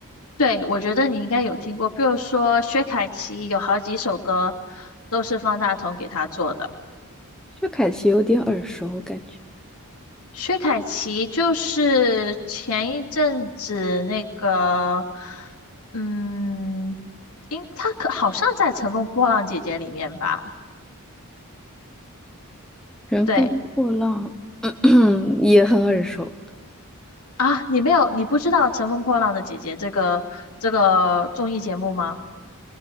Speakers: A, on the left; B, in the centre.
A: 对，我觉得你应该有听过，比如说薛凯琪有好几首歌都是方大同给他做的。
B: 薛凯琪有点耳熟，感觉
A: 薛凯琪就是前一阵子那个，嗯，应她可好像在《乘风破浪姐姐》里面吧？
B: 《乘风破浪》<clears throat>
A: 对
B: 也很耳熟。
A: 啊，你没有，你不知道《乘风破浪的姐姐》这个这个综艺节目吗？